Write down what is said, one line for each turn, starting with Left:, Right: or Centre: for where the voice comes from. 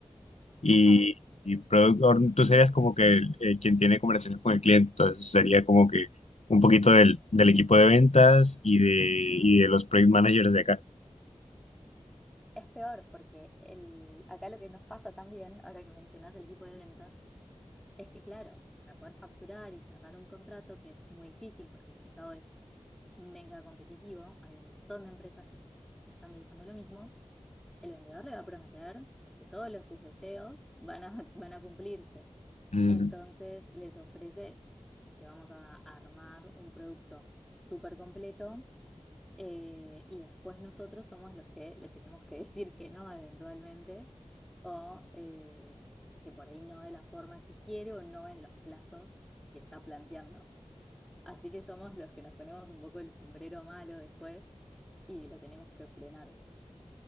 Left: y,
Centre: ajá,
Left: y product owner, tú serías como que el- eh, quien tiene conversaciones con el cliente, entonces sería como que un poquito del, del equipo de ventas y de, y de los project managers de acá.
Centre: es peor porque el, acá lo que nos pasa también, ahora que mencionás el equipo de ventas, es que claro, para poder facturar y cerrar un contrato, que es muy difícil porque el mercado es mega competitivo, hay un montón de empresas que se están dedicando a lo mismo, el vendedor le va a prometer que todos los, sus deseos van a, <laughs> van a cumplirse.
Left: Ujú.
Centre: Entonces les ofrece que vamos a armar un producto súper completo eh, y después nosotros somos los que le tenemos que <laughs> decir que no eventualmente o eh, que por ahí no de la forma que quiere o no en los plazos que está planteando. Así que somos los que nos ponemos un poco el sombrero malo después y lo tenemos que frenar.